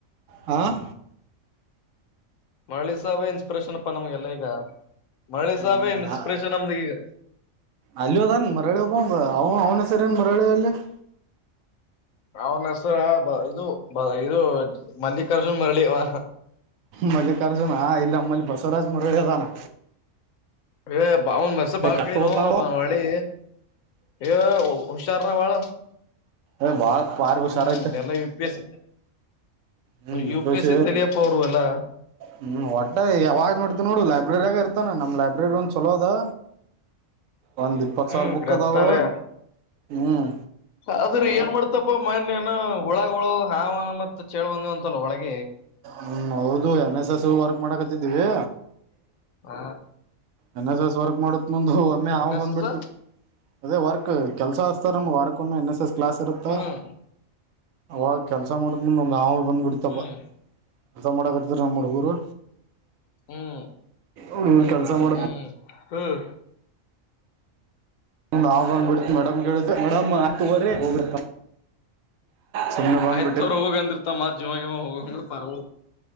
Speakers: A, on the right; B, on the left.
A: ಹಾಂ
B: ಮರಳಿ ಸಾಹಬೇ ಇನ್ಸ್ಪಿರೇಷನ್ ಅಪ್ಪಾ ನಮ್ಗೆಲ್ಲ ಈಗ ಮರಳಿ
A: ಹ್ಮ್
B: ಸಾಹಬೇ ಇನ್ಸ್ಪಿರೇಷನ್ ನಮ್ದ ಈಗ.
A: ಅಲ್ಲೂ ಅದಾನ್ ಮರಳ ಒಬ್ಬವ್ ಅವ ಅವ್ನ ಹೆಸರಿ ಏನ್ ಮರಳಿ <unintelligible>
B: ಅವನ್ ಹೆಸರ ಇದು ಇದು ಮಲ್ಲಿಕಾರ್ಜುನ್ ಮರಳಿ ಅವ.
A: ಮಲ್ಲಿಕಾರ್ಜುನ ಇಲ್ಲಿ ನಮ್ಮಲ್ಲಿ ಬಸವರಾಜ್ ಮರಳಿ ಅದಾನ್.
B: ಏ ಯಪ್ಪಾ ಅವ್ನ ಹೆಸರ
A: ಏ
B: ಭಾಳ
A: ಕಟ್ಟ
B: ಕೇಳಿನೋ
A: ಹೋತಾನ
B: ಮರಳಿ. ಏ ಹುಷಾರ ಹರಾ ಭಾಳ
A: ಏ ಬಾಳ ಪಾರ್ ಹುಷಾರ
B: ಹ್ಮ್
A: ಐತೆ
B: ಎಲ್ಲ ಯು ಪಿ ಎಸ್ಸಿ.
A: ಹ್ಮ್ ವಿಪೇಶ್
B: ಯು ಪಿ ಎಸ್ಸಿ ತಲಿಯಪ್ಪ ಅವ್ರು ಏಲ್ಲಾ
A: ಹ್ಮ್ ವಟ್ಟ ಯಾವಾಗ್ ನೋಡ್ತಿ ನೋಡು ಲೈಬ್ರರ್ಯಾಗ್ ಇರ್ತಾನ ನಮ್ ಲೈಬ್ರೆರಿ ಒಂದ ಚಲೋ ಅದಾ. ಒಂದ್ ಇಪ್ಪತ್
B: ಹ್ಮ್
A: ಸಾವಿರ ಬುಕ್
B: ಗ್ರಂಥಾಲಯ
A: ಅದಾವ ಹ್ಮ್.
B: ಅದ್ರೀ ಏನ್ ಮಾಡ್ತಪ್ಪ ಮನ್ಯ ಏನೋ ಹುಳಗೋಳ ಹಾವ ಮತ್ತ ಚೇಳ ಬಂದದ ಅಂತಲ್ಲ ಒಳಗೆ
A: ಹ್ಮ್ ಹೌದು ಎನ್ ಎಸ್ ಎಸ್ ವರ್ಕ್ ಮಾಡಕತ್ತಿದ್ದೀವಿ.
B: ಹಾ
A: ಎನ್ ಎಸ್ ಎಸ್ ವರ್ಕ್ ಮಾಡುತ್ ಮುಂದ ಒಮ್ಮೆ ಹಾವ
B: ಎನ್ ಎಸ್
A: ಬಂದ್ಬಿಡ್ತು.
B: ಎಸ್
A: ಅದೇ ವರ್ಕ್ ಕೆಲಸ ಹಚ್ಚ್ತಾರ್ ನಮ್ಗ ವಾರಕ್ಕೊಮ್ಮೆ ಎನ್ ಎಸ್ ಎಸ್ ಕ್ಲಾಸ್ ಇರುತ್ತ
B: ಹ್ಮ್
A: ಅವಾಗ ಕೆಲ್ಸ ಮಾಡೊತ್ ಮುಂದ್ ಒಂದ್ ಹಾವ ಬಂದ್ಬಿಡ್ತಪ್ಪ.
B: ಹ್ಮ್
A: ಕೆಲ್ಸಾ ಮಾಡಾಕತ್ತಿದ್ರ ನಮ್ಮ ಹಡುಗುರು
B: ಹ್ಮ್
A: ಅವ್ರ ಕೆಲ್ಸ ಮಾಡೊತ್
B: ಹ್ಮ್ ಹ್ಮ್
A: ಮುಂದ ಹಾವ ಬಂಡ್ಬಿಡ್ತ ಮೇಡಮ್ಗ ಹೇಳಿದ್ವಿ ಮೇಡಂ ಆತ್ ತೊಗೊರಿ ಹೋಗ್ರಿ ಸುಮ್ಮ್ನೆ ಬಂದ್ಬಿಟ್ಟೆವ
B: ಆಯ್ತ್ ತೋರ್ ಹೋಗಂದಿರ್ತ ಮತ್ ಜೀವ ಗಿವ ಹೋಗಂಗ ಪಾರ್ಗಳು